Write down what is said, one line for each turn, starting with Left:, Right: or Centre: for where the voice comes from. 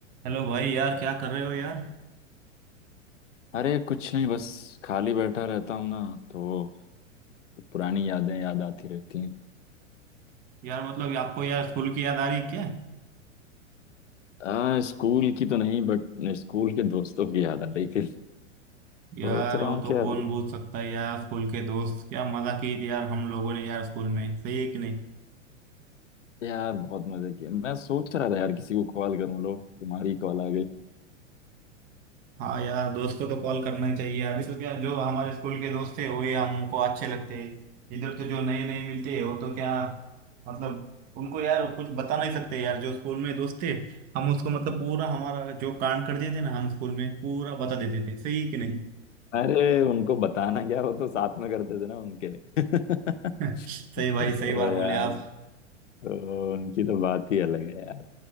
Right: Hello भाई यार क्या कर रहे हो यार
Left: अरे कुछ नहीं बस खाली बैठा रहता हूँ ना तो पुरानी यादें याद आती रहती हैं
Right: यार मतलब आपको यार स्कूल की याद आ रही क्या
Left: आ, स्कूल की तो नहीं बट स्कूल के दोस्तों की याद आ रही थी
Right: यार
Left: सोच रहा
Right: वो
Left: हूँ
Right: तो
Left: कि अभी
Right: कौन भूल सकता है यार स्कूल के दोस्त क्या मजा की थी यार हम लोगों ने यार स्कूल में सही है कि नहीं
Left: यार बहुत मजे किए मैं सोच रहा था यार किसी को कॉल करूँ लो तुम्हारी कॉल आ गई
Right: हाँ यार दोस्त को तो कॉल करना ही चाहिए अभी तो क्या जो हमारे स्कूल के दोस्त थे वही हमको अच्छे लगते हैं इधर तो जो नए नए मिलते हैं वो तो क्या मतलब उनको यार कुछ बता नहीं सकते यार जो स्कूल में दोस्त थे हम उसको मतलब पूरा हमारा जो कांड कर देते ना हम स्कूल में पूरा बता देते थे सही है कि नहीं
Left: अरे उनको बताना क्या वो तो साथ में करते थे ना उनके लिए <laughs>
Right: <laughs> सही
Left: तो
Right: भाई सही बात
Left: यार
Right: बोले आप
Left: तो उनकी तो बात ही अलग है यार